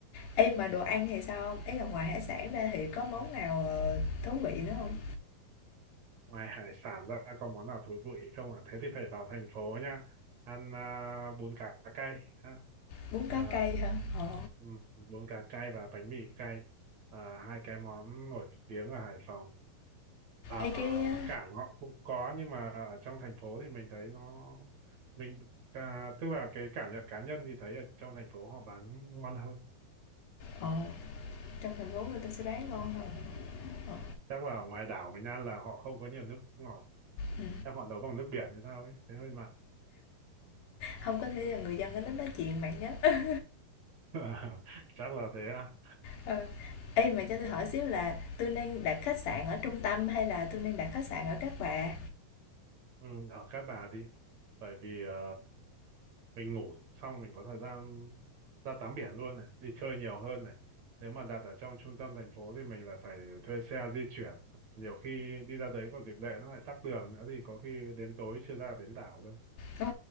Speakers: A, on the left; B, on the right.
A: Ê mà đồ ăn thì sao không? Ý là ngoài hải sản ra thì có món nào ờ, thú vị nữa không?
B: Ngoài hải sản ra có món nào thú vị không à? Thế thì phải vào thành phố nha. Ăn à, bún cá cay ha.
A: Bún cá
B: À,
A: cay hả? Ờ.
B: ừm, bún cá cay và bánh mì cay. À, hai cái món nổi tiếng ở Hải Phòng. À,
A: Ê
B: ở
A: cái ờ
B: cảng họ cũng có nhưng mà ở trong thành phố thì mình thấy nó mình à, tức là cái cảm nhận cá nhân thì thấy ở trong thành phố họ bán ngon hơn.
A: ờ, trong thành phố người ta sẽ bán ngon hơn. Ờ.
B: Chắc là ở ngoài đảo mình ăn là họ không có nhiều nước ngọt.
A: Ừ.
B: Chắc họ nấu bằng nước biển hay sao ấy, thấy hơi mặn.
A: không có thể là người dân ở đó nói chuyện bạn nhé. <laughs>
B: <laughs> Chắc là thế à.
A: Ờ. Ê, mà cho tôi hỏi xíu là tôi nên đặt khách sạn ở trung tâm hay là tôi nên đặt khách sạn ở Cát Bà?
B: ừ, ở Cát Bà đi bởi vì ờ, mình ngủ xong mình có thời gian ra tắm biển luôn này đi chơi nhiều hơn này nếu mà đặt ở trong trung tâm thành phố thì mình lại phải thuê xe di chuyển nhiều khi đi ra đấy vào dịp lễ nó lại tắc đường nữa thì có khi đến tối chưa ra đến đảo đâu
A: Ờ,